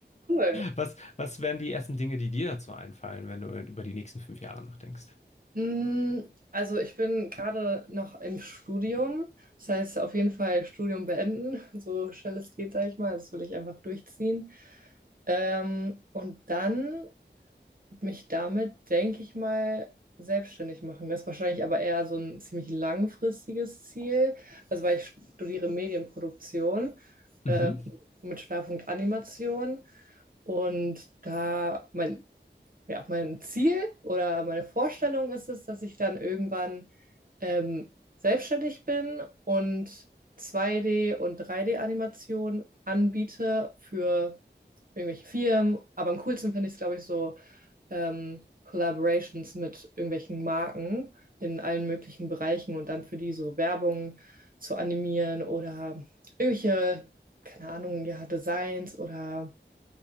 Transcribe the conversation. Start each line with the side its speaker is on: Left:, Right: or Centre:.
Right: cool.
Left: Was, was wären die ersten Dinge, die dir dazu einfallen, wenn du über die nächsten fünf Jahre nachdenkst?
Right: Mm, Also ich bin gerade noch im Studium. Das heißt, auf jeden Fall Studium beenden, <laughs> so schnell es geht, sage ich mal. Das will ich einfach durchziehen. Ähm, und dann mich damit, denke ich mal, selbstständig machen. Das ist wahrscheinlich aber eher so ein ziemlich langfristiges Ziel. Also weil ich studiere Medienproduktion ähm,
Left: Mhm.
Right: mit Schwerpunkt Animation. Und da, mein ja, mein Ziel oder meine Vorstellung ist es, dass ich dann irgendwann ähm, selbstständig bin und 2D- und 3D-Animationen anbiete für irgendwelche Firmen. Aber am coolsten finde ich es, glaube ich, so ähm, Collaborations mit irgendwelchen Marken in allen möglichen Bereichen und dann für die so Werbung zu animieren oder irgendwelche, keine Ahnung, ja, Designs oder